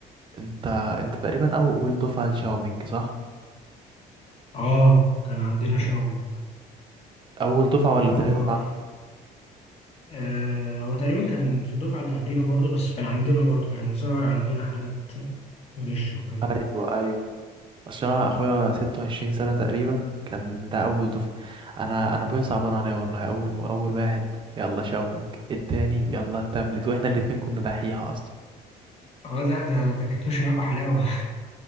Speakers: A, on the right; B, on the left.
A: انت انت تقريبا اول دفعه لشاومينج صح
B: آه كان عندنا شوم
A: اول دفعه
B: ده كان
A: ولا
B: حوار
A: تاني دفعه
B: آه هو تقريبا كان في الدفعة اللي قبلينا برضو بس كان عندنا برضو يعني ظهر عندنا حالات غش وكده
A: ايوه ايوه اصل انا اخويا 26 سنه تقريبا كان ده اول دفعه انا انا ابويا صعبان عليا والله اول م... اول واحد يلا شاومينج التاني يلا التابلت واحنا الاتنين كنا دحيحه اصلا
B: اه لا ده ده كانت ماشية معاكوا حلاوة